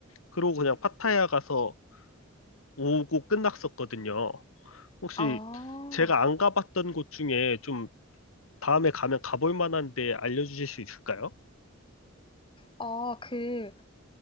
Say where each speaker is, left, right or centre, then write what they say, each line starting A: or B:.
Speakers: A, on the left; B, on the left.
A: 그러고 그냥 파타야 가서 오고 끝났었거든요. 혹시
B: 아,
A: 제가 안 가봤던 곳 중에 좀 다음에 가면 가볼 만한 데 알려주실 수 있을까요?
B: 아, 그